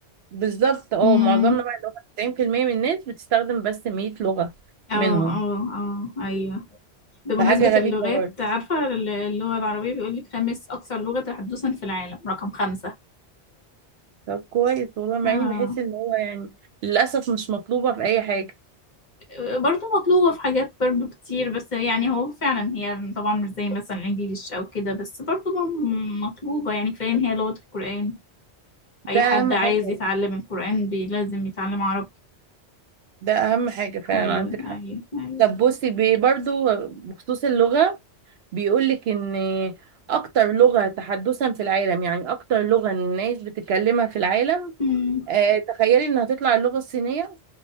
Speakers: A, on the right; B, on the left.
A: بالظبط اه
B: امم
A: معظمنا بقى اللي هو 90% من الناس بتستخدم بس 100 لغه
B: اه
A: منهم
B: اه اه ايوه ده بمناسبة
A: فحاجه غريبه
B: اللغات
A: برضه
B: عارفة اللغة العربية بيقولك خامس أكثر لغة تحدثا في العالم رقم خمسة
A: طب كويس والله مع
B: اه
A: اني بحس ان هو يعني للاسف مش مطلوبه في اي حاجه
B: برضه مطلوبة في حاجات برضه كتير بس يعني هو فعلا هي طبعا مش زي مثلا الإنجليش أو كده بس برضه م- مطلوبة يعني كفاية إن هي لغة القرآن أي
A: ده
B: حد
A: اهم
B: عايز
A: حاجه
B: يتعلم القرآن بي- لازم يتعلم عربي
A: ده اهم حاجه فعلا
B: أيوه
A: عندك حق
B: أيوه أيوه
A: طب بصي بي- برضو بخصوص اللغه بيقول لك ان اكتر لغه تحدثا في العالم يعني اكتر لغه الناس بتتكلمها في العالم
B: مم.
A: آه، تخيلي انها تطلع اللغة الصينية